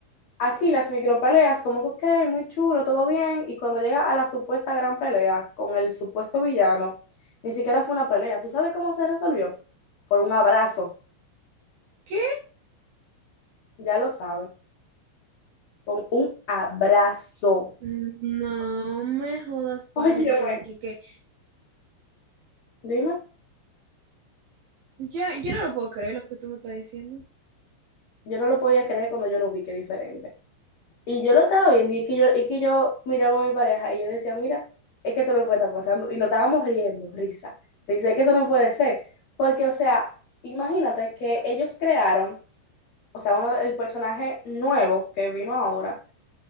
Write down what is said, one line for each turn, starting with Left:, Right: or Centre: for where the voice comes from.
Left: aquí las micro peleas, como que, ok, muy chulo, todo bien, y cuando llega a la supuesta gran pelea con el supuesto villano, ni siquiera fue una pelea. ¿Tú sabes cómo se resolvió? Con un abrazo,
Right: ¿Qué?
Left: ya lo sabes, con un abrazo.
Right: No me jodas tú
Left: Óyeme,
Right: a mí que dije que,
Left: Dime.
Right: Ya, yo no lo puedo creer lo que tú me estás diciendo.
Left: Yo no lo podía creer cuando yo lo vi, que diferente. Y yo lo estaba viendo y es que yo, es que yo miraba a mi pareja y yo decía, mira, es que esto no puede estar pasando. Y nos estábamos riendo, risa. Dice, es que esto no puede ser. Porque, o sea, imagínate que ellos crearon, o sea, uno, el personaje nuevo que vino ahora